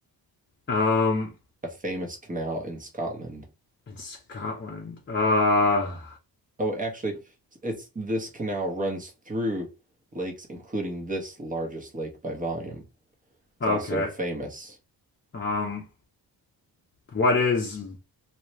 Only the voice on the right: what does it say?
A famous canal in Scotland.
Oh, actually, it's this canal runs through lakes, including this largest lake by volume. It's
also famous.